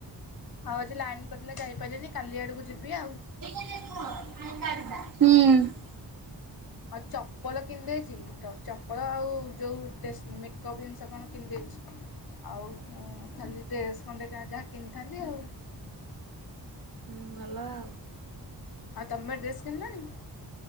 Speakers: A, on the left (about 55°); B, on the right (about 50°).
A: ଆଉ ଆଜି ଲାଇନ୍ କଟିଲା, ଯାଇ ପାରିଲିନି, କାଲି ଆଡ଼କୁ ଯିବି ଆଉ।
B: ହୁଁ।
A: ଆଉ ଚପଲ କିଣି ଦେଇଛି। <unintelligible> ଚପଳ, ଆଉ ଯୋଉ ଟେସ୍ ମେକଅପ୍ ଜିନିଷ କଣ କିଣିଦେଇଛି। ଆଉ ଉଁ ଖାଲି ଡ୍ରେସ୍ ଖଣ୍ଡେକା ଯାହା କିଣିିଥାନ୍ତି ଆଉ।
B: ହୁଁ, ଭଲ ଆଉ।
A: ଆଉ ତମେ ଡ୍ରେସ୍ କିଣିଲଣି?